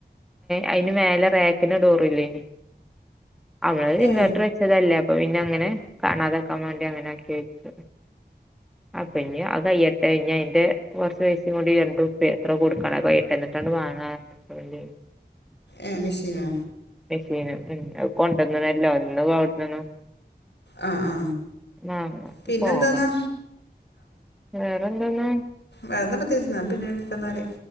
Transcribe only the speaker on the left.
ഏ
ഏ മെഷീനോ
ആ ആ
പിന്നെന്താന്നാ
വേറൊന്നും പ്രത്യേകിച്ച് എന്നാ പിന്നെ വെക്കാന്നാല്